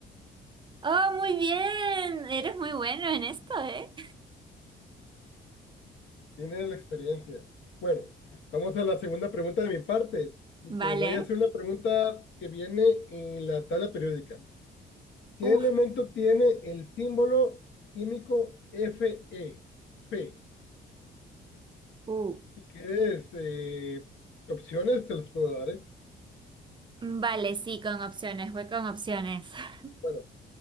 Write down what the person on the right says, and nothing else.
oh, muy bien. Eres muy bueno en esto, ¿eh?
Vale.
Uf,
uh.
Vale, sí, con opciones. Voy con opciones. <laughs>